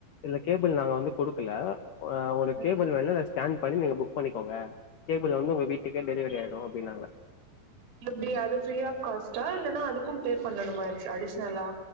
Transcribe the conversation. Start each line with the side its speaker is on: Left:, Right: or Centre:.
Left: இந்த கேபிள் நாங்க வந்து குடுக்கல அ ஒரு
Right: ம்
Left: கேபிள் வெள்லதச் ஸ்கேன் பண்ணி நீங்க புக் பண்ணிகோங்க கேபிள் வந்து ஒங்க வீட்டுக்கே டெலிவரி ஆயிடு அப்டினாங்க
Right: எப்டி அது ஃப்ரீ ஆஃப் காஸ்ட்டா இல்லனா அதுக்கும் பே பண்ணனுமாச் அடிஷ்னலா